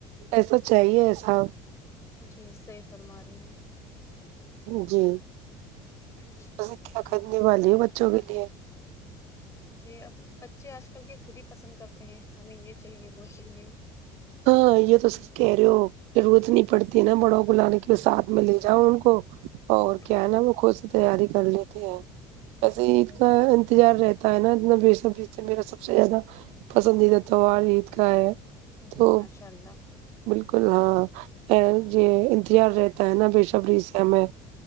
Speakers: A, on the right; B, on the left.
A: ایسا چاہیے ایسا
B: جی صحیح فرما رہی ہیں
A: جی
B: ہی
A: بس کیا کرنے والی ہو ہیں بچوں کے لیے
B: جی اب بچے آج کل کے خود ہی پسند کرتے ہیں ہمیں یہ چاہیے وہ چاہیے
A: تو یہ تو سچ کہہ رہے ہو ضرورت نہیں پڑتی ہے نا بڑوں کو لانے کے ساتھ میں لے جاؤں ان کو اور کیا
B: جی
A: ہے نا وہ خود سی تیاری کر لیتے ہیں وسے
B: جی
A: عید
B: صحیح
A: کا انتظار رہتا نا اتنا ب سبری سے میرا سب سے زیادہ پسندیدہ تہوار عید کا ہے
B: جی
A: تو
B: ماشاء اللہ
A: بالکل ہاں یہ انتظار رہتا ہے نا ب سبری سے ہمیں